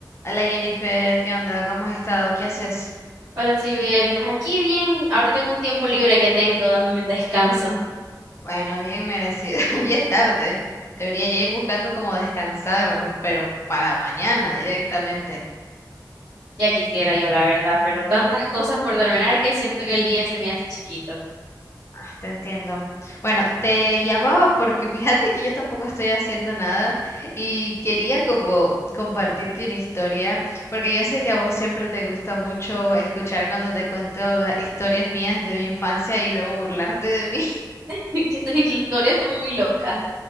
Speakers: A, on the left; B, on the right.
A: Hola Jennifer, ¿qué onda? ¿Cómo has estado? ¿Qué haces?
B: Hola, Sibel. Pues aquí bien, ahora tengo un tiempo libre que tengo dándome un descanso.
A: Bueno, bien merecido. <laughs> Ya es tarde. Debería ya ir buscando cómo descansar, pero para mañana directamente.
B: Ya quisiera yo, la verdad, pero tantas cosas por terminar que siento que el día se me hace chiquito.
A: Ah, te entiendo. Bueno, te llamaba porque <laughs> fíjate que yo tampoco estoy haciendo nada y quería como compartirte una historia, porque yo sé que a vos siempre te gusta mucho escuchar cuando te cuento las historias mías de mi infancia y luego burlarte de mí.
B: <laughs> Que tus historias son muy locas.